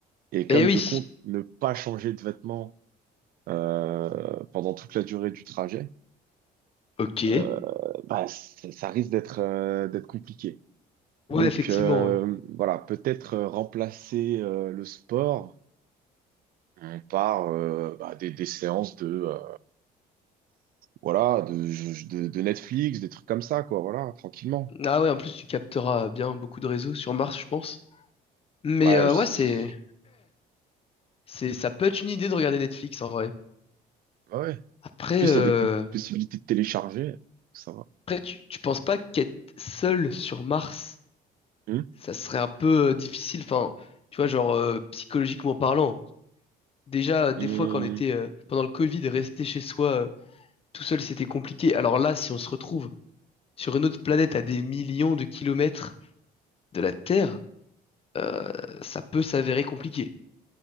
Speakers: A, on the right; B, on the left.
A: Et comme
B: Eh oui.
A: je compte ne pas changer de vêtements euh, pendant toute la durée du trajet,
B: Ok.
A: euh, bah, ça ça risque d'être euh, d'être compliqué. Donc
B: Ouais, effectivement,
A: euh,
B: ouais.
A: voilà, peut-être euh, remplacer euh, le sport euh, par euh, bah, des, des séances de euh, voilà de, de, de Netflix, des trucs comme ça quoi, voilà, tranquillement.
B: Ah ouais, en plus, tu capteras bien beaucoup de réseaux sur Mars, je pense. Mais
A: Ouais,
B: euh,
A: je-
B: ouais, c'est, c'est, ça peut être une idée de regarder Netflix en vrai.
A: ouais. ouais.
B: Après,
A: En plus,
B: euh,
A: il y a des p- possibilités de télécharger, ça va.
B: après tu, tu penses pas qu'être seul sur Mars,
A: Hum,
B: ça serait un peu euh, difficile, enfin, tu vois, genre euh, psychologiquement parlant. Déjà, euh, des
A: hum.
B: fois, quand on était euh, pendant le Covid, rester chez soi euh, tout seul, c'était compliqué. Alors là, si on se retrouve sur une autre planète à des millions de kilomètres de la Terre, euh, ça peut s'avérer compliqué.